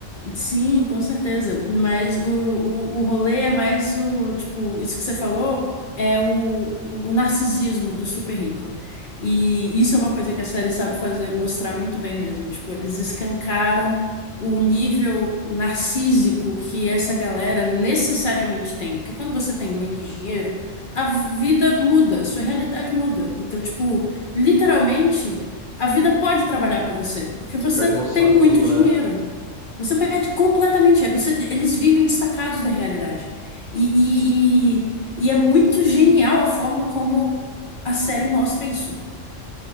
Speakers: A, on the left; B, on the right.
A: Sim, com certeza. Mas o, o, o rolê é mais o, tipo, isso que você falou é o, o narcisismo do super rico. E isso é uma coisa que a série sabe fazer, mostrar muito bem mesmo. Tipo, eles escancaram o nível narcísico que essa galera necessariamente tem. Porque quando você tem muito dinheiro, a vida muda, sua realidade muda. Então, tipo, literalmente, a vida pode trabalhar para você, porque
B: Você
A: você
B: perde noção
A: tem
B: de
A: muito
B: tudo,
A: dinheiro.
B: né?
A: Você perde completamente. é, Você- eles vivem destacados da realidade. E, e, e, e é muito genial a forma como a série mostra isso